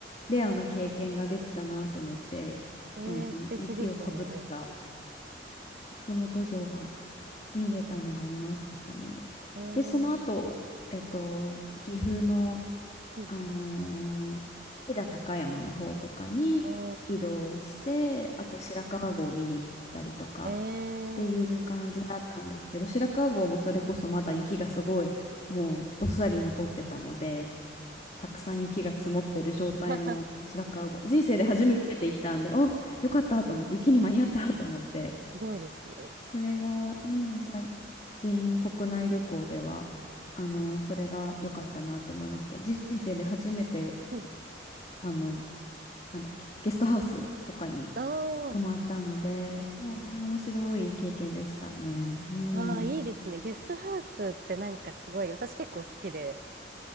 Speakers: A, on the left (about 35°); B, on the right (about 50°).
A: レアな経験ができたなと思って、
B: ええ素敵ですね。
A: そうなんです。ゆ雪をかぶった。松本城が見れたのがありましたね。
B: ええうん
A: で、その後、えっと、岐阜の、
B: うん
A: あのー飛騨高山の方とかに移動して、
B: あ
A: あと白川郷を見に行ったりとか
B: あ、ええ
A: っていう感じだったんですけど、白川郷もそれこそまだ雪がすごい、もうどっさり残ってたので、たくさん雪が積もってる状態の白川郷、
B: <laughs>
A: 人生で初めて行ったんで、あ、よかったと思って、雪に間に合ったと思って、
B: すごいですね。<laughs>
A: それが、うん、最近国内旅行では、あの、それが良かったなって思いました。人生で初めて、
B: うん
A: あの、なんだっけ、ゲストハウスとかに
B: あ
A: 泊まったので、そう、それも面白い経験でしたね。うん。
B: あ、ああ、いいですね。ゲストハウスってなんかすごい、私結構好きで、